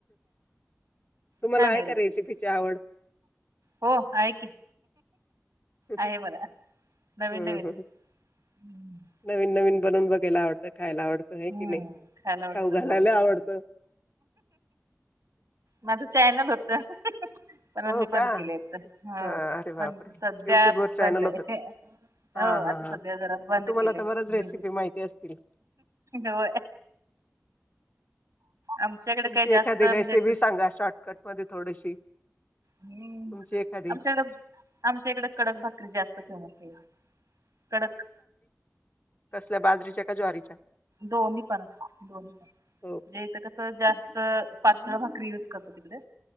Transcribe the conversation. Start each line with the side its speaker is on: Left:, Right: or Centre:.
Left: तुम्हाला
Right: छान आहे रेसिपी
Left: का रेसिपीची आवड?
Right: हो आहे की.
Left: हम्
Right: आहे मला नवीन
Left: ह
Right: नवीन हम्म
Left: नवीन नवीन बनून बघायला आवडतं खायला आवडतं. आहे
Right: हम्म
Left: की नाही?
Right: खायला आवडतं
Left: खाऊ
Right: हो.
Left: घालायला आवडतं.
Right: माझ चॅन ल होत. पण आम्ही
Left: हो
Right: बंद
Left: का?
Right: केले आहेत.
Left: अच्छा,
Right: हो
Left: अरे बापरे!
Right: पण सध्या
Left: वर चॅनल
Right: बंद आहे.
Left: होतं का? हां,
Right: हो
Left: हां,
Right: आता
Left: हां.
Right: सध्या जरा बंद
Left: मग तुम्हाला
Right: केले.
Left: तर बऱ्याच रेसिपी
Right: बिझी
Left: माहिती असतील.
Right: होय. आमच्याकडे
Left: तुमची
Right: काय जास्त
Left: एखादी
Right: म्हणजे
Left: रेसिपी
Right: अस
Left: सांगा शॉर्टकटमध्ये थोडीशी.
Right: हम्म
Left: तुमची एखादी.
Right: आमच्याकडे आमच्या इकडे कडक भाकरी जास्त फेमस आहे. कडक
Left: कसल्या बाजरीच्या का ज्वारीच्या?
Right: दोन्ही पण अस दोन्ही पण म्हणजे
Left: हो का?
Right: इथ कसं जास्त पातळ भाकरी युज करतात तिकडे